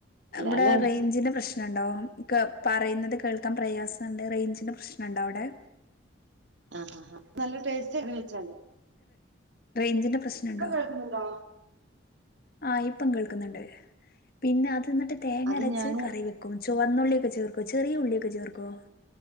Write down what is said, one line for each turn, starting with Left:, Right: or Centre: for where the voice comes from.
Left: ഇവിടെ
Right: അല്ലെ
Left: റേഞ്ചിന്റെ പ്രശ്ന ണ്ടോ പറയുന്നത് കേൾക്കാൻ പ്രയാസണ്ട് റേഞ്ചിന്റെ പ്രശ്നുണ്ടോ അവിടെ
Right: ആ നല്ല ടേസ്റ്റ് ആെ അങ്ങനെ വെച്ചാൽ
Left: റേഞ്ചിന്റെ പ്രശ്നുണ്ടോ
Right: കേൾക്കുന്നുണ്ടോ
Left: ആഹ ഇപ്പം കേൾക്കുന്നുണ്ട് പിന്നെ അത് അ എന്നിട്ട് തേങ്ങരച്ച്
Right: അത് ഞാന്
Left: കറി വെക്കും ചുവന്നുള്ളിയൊക്കെ ചേർക്കോ ചെറിയ ഉള്ളിയൊക്കെ ചേർക്കോ